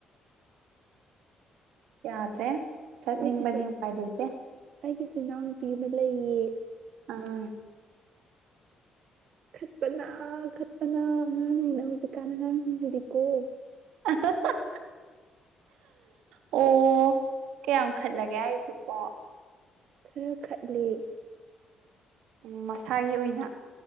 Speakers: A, on the right; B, on the right.
A: ꯌꯥꯗ꯭ꯔꯦ ꯆꯠꯅꯤꯡ
B: ꯑꯩꯒꯤꯁꯨ
A: ꯅꯤꯡꯕꯅꯤ ꯎ ꯄꯥꯏ ꯂꯩ ꯂꯩꯇꯦ
B: ꯑꯩꯒꯤꯁꯨ ꯏꯅꯥꯎꯅꯨꯄꯤ ꯑꯃ ꯂꯩꯌꯦ
A: ꯑꯥ
B: ꯑ ꯈꯠꯄꯅ ꯈꯠꯄꯅ ꯑꯉꯥꯡꯁꯤꯅ ꯍꯧꯖꯤꯛꯀꯥꯟꯗ ꯑꯉꯥꯡꯁꯤꯡꯁꯤꯗꯤꯀꯣ
A: <unintelligible> ꯑꯣ ꯀꯌꯥꯝꯈꯠꯂꯒꯦ ꯑꯩꯁꯤꯀꯣ
B: ꯈꯔ ꯈꯠꯂꯦ
A: ꯎ ꯃꯁꯥꯒꯤ ꯑꯣꯏꯅ